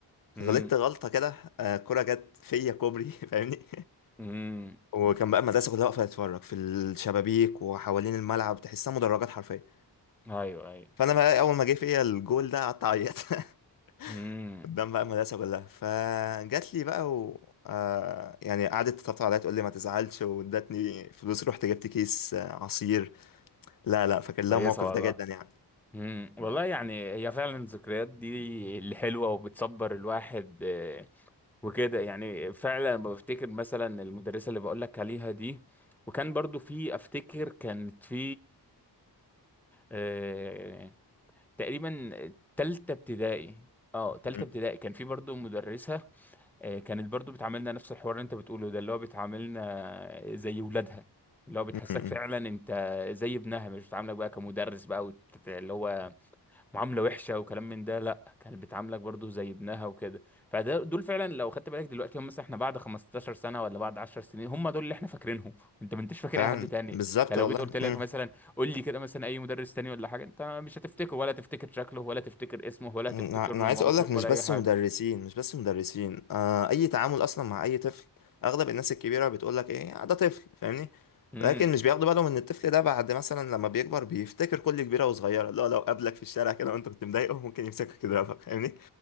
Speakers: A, in the centre; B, on the left (about 50°).
A: امم
B: غلطت غلطة كده آه كرة جت فيا كوبري <laughs> فاهمني
A: امم
B: وكان بقى المدرسة كلها واقفة تتفرج في الشبابيك وحوالين الملعب تحسها مدرجات حرفيا
A: ايوه ايوه
B: فأنا بقى أول ما جه فيا الجول ده قعدت أعيط <laughs>
A: امم
B: قدام بقى المدرسة كلها فجات لي بقى و آه يعني قعدت تطبطب عليا تقول لي ما تزعلش وادتني فلوس رحت جبت كيس آه، عصير لا لا فاكر
A: كويسه
B: لها الموقف
A: والله
B: ده جدا يعني
A: امم والله يعني هي فعلا الذكريات دي الحلوه وبتصبر الواحد آه، وكده يعني فعلا لما بفتكر مثلا المدرسة اللي بقولك عليها دي وكان برضو في افتكر كانت في آه تقريبا تالتة ابتدائي اه تالتة
B: م-
A: ابتدائي كان في برضو مدرسة آه كانت برضو بتعاملنا نفس الحوار اللي انت بتقوله ده اللي هو بتعاملنا زي ولادها اللي هو بتحسسك
B: م- م.
A: فعلا انت زي ابنها مش بتعاملك بقى كمدرس بقى وت- اللي هو معامله وحشه وكلام من ده لا كانت بتعاملك برضو زي ابنها وكده فده دول فعلا لو خدت بالك دلوقتي هم مثلا احنا بعد 15 سنه ولا بعد 10 سنين هم دول اللي احنا فاكرينهم <laughs> انت ما انتش فاكر
B: فعلا
A: اي حد تاني
B: بالظبط
A: يعني
B: والله
A: لو جيت قلت لك
B: م.
A: مثلا قول لي كده مثلا اي مدرس تاني ولا حاجه انت مش هتفتكره ولا تفتكر شكله ولا تفتكر اسمه ولا
B: انا
A: تفتكر
B: أنا
A: له
B: عايز
A: موقف
B: اقول لك مش
A: ولا
B: بس
A: اي حاجه
B: مدرسين مش بس مدرسين آه اي تعامل اصلا مع اي طفل اغلب الناس الكبيره بتقول لك ايه "آه، ده طفل فاهمني
A: امم
B: لكن مش بياخدوا بالهم ان الطفل ده بعد مثلا لما بيكبر بيفتكر كل كبيره وصغيره لا لو قابلك في الشارع كده وانت كنت مضايقه ممكن يمسكك يضربك فاهمني